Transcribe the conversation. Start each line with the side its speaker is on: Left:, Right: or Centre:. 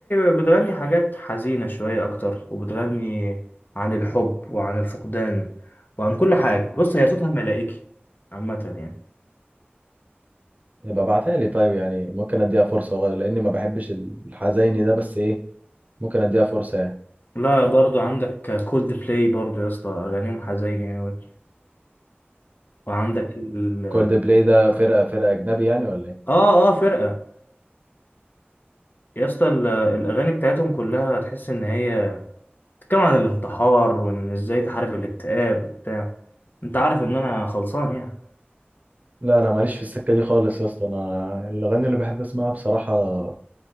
Left: بتغني حاجات حزينه شويه اكتر وبتغني عن الحب وعن الفقدان وعن كل حاجه بص هي صوتها ملائكي عامه يعني
Right: يبقى ابعتها لي طيب يعني ممكن اديها فرصة لاني ما بحبش الحزيني ده بس ايه ممكن اديها فرصة يعني
Left: لا برضو عندك كولد بلاي برضو يا اسطى اغانيهم حزينه قوي وعندك ال
Right: كولد بلاي ده فرقة فرقة أجنبي يعني ولا إيه؟
Left: اه اه فرقة يا اسطى ال- الأغاني بتاعتهم كلها تحس إن هي بتتكلم عن الانتحار وإن إزاي تحارب الاكتئاب وبتاع أنت عارف إن أنا خلصان يعني
Right: لا انا ماليش في السكه دي خالص يا اسطى انا الاغاني اللي بحب اسمعها بصراحه آه،